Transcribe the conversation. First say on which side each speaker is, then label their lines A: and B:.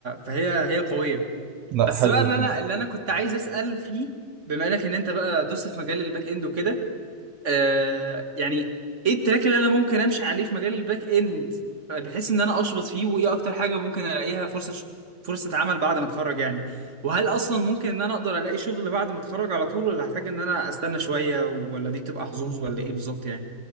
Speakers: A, on the right (about 25°); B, on the right (about 70°).
A: فهي هي قويه
B: لا
A: بس
B: حلو
A: بقى اللي
B: جدا
A: انا اللي انا كنت عايز اسال فيه بما انك ان انت بقى دوست في مجال الباك اند وكده آه يعني ايه التراك اللي انا ممكن امشي عليه في مجال الباك اند بحيث ان انا اشبط فيه وايه اكتر حاجه ممكن الاقيها فرصه ش... فرصه عمل بعد ما اتخرج يعني وهل اصلا ممكن ان انا اقدر الاقي شغل بعد ما اتخرج على طول ولا هحتاج ان انا استنى شويه ولا دي تبقى حظوظ ولا ايه بالظبط يعني